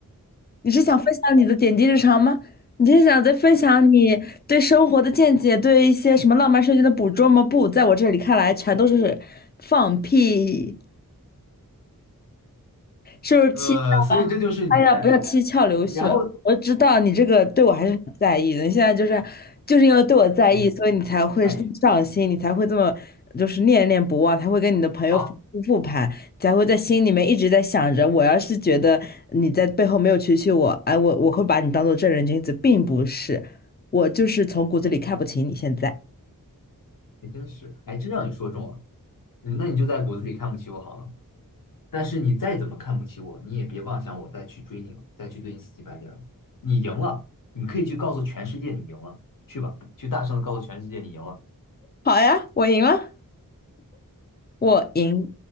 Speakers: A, on the left (about 30°); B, on the left (about 65°).
A: 你是想分享你的点滴日常吗？你是想再分享你对生活的见解，对一些什么浪漫瞬间的捕捉吗？不，在我这里看来，全都是放屁。是不是气窍了？
B: 呃，所以这就是你在，
A: 哎呀，不要七窍流血！
B: 然后
A: 我知道你这个对我还是很在意的。你现在就是就是因为对我在意，
B: 我
A: 所以你才会这么上心，
B: 再一
A: 你才会这么就是念念不忘，才会跟你的朋友反复复盘，
B: 好。
A: 才会在心里面一直在想着，我要是觉得你在背后没有蛐蛐我，哎，我我会把你当做正人君子，并不是，我就是从骨子里看不起你。现在
B: 也真是，还真让你说中了，嗯那你就在骨子里看不起我好了。但是你再怎么看不起我，你也别妄想我再去追你了，再去对你死乞白赖了。你赢了，你可以去告诉全世界你赢了，去吧，去大声的告诉全世界你赢了。
A: 好呀，我赢了，我赢。